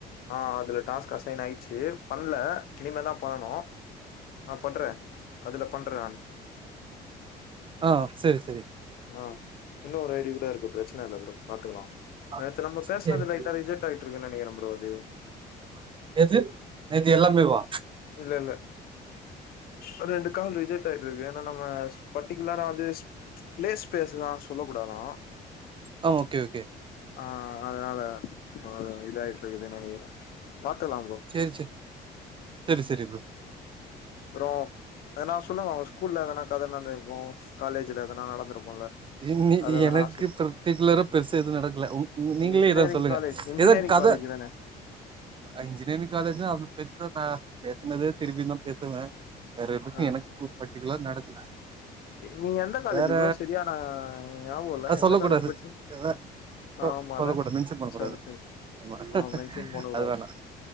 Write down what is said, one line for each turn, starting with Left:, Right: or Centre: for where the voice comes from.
Left: ஆ அதுல டாஸ்க் அசைன் ஆயிட்ச்சு பண்ல இனிமேதா பண்ணனு. ஆ பண்றே அதுல பண்றே நானு
Right: ஆ செரி செரி
Left: ஆ இன்னு ஒரு ஐ டி கூட இருக்கு பிரச்சன இல்ல ப்ரோ பாத்துக்கலா
Right: ஆ
Left: நேத்து நம்ம பேசுனது
Right: செரி செரி
Left: லைட்டா ரிஜக்ட் ஆயி ட்ருக்குனு நெனைக்கிறே ப்ரோ அது
Right: எது நேத்து எல்லாமேவா?
Left: இல்ல இல்ல அ ரெண்டு கால் ரிஜெக்ட் ஆயி இது ஏன்னா நம்ம பர்டிகுலரா வந்து பிளேஸ் ஸ்பேஸ்லா சொல்லக்கூடாதா
Right: ஆ ஓகே ஓகே
Left: ஆ அதனால ஆ இதாய்ட்ருக்குதுன்னு நெனைக்கிற பாக்கலா ப்ரோ
Right: செரி செரி செரி செரி ப்ரோ
Left: அப்றோ எதனா சொல்லுங்க உங்க ஸ்கூல்ல எதனா கத நடந்திருக்கு காலேஜ்ல எதனா நடந்திருக்குல்ல
Right: இன்னக்கி
Left: அது எதனா
Right: எனக்கு
Left: சொல்லு.
Right: பர்டிக்குலரா பெர்சா எதுவு நடக்கல உன் ம் நீங்களே
Left: இன்ஜினியரிங்
Right: எதாவது சொல்லுங்க
Left: காலேஜ் இன்ஜினியரிங்
Right: எதாவது கத
Left: காலேஜ் தான
Right: அ இன்ஜினியரிங் காலேஜ்தா அவ்ளோ பெரி இன்னொருக்கா பேசுனதே திரும்பி இன்னா பேசுங்க வேற எதுக்கு
Left: ஆ
Right: எனக்கு பர்டிகுலர் நடக்கல
Left: நீங்க எந்த காலேஜு
Right: வேற
Left: ப்ரோ செரியான என ஞாபகொல்ல
Right: அது
Left: எந்த
Right: சொல்ல
Left: காலேஜ்
Right: கூடாது
Left: படுச்சிங்க
Right: எதா சொ
Left: ஆமால்ல
Right: சொல்லக்கூடாது மென்ஷன் பண்ணக்கூடாது
Left: சாரி சாரி
Right: ஆமா
Left: ஆ மென்ஷன் பண்ண கூடாது
Right: அது வேணா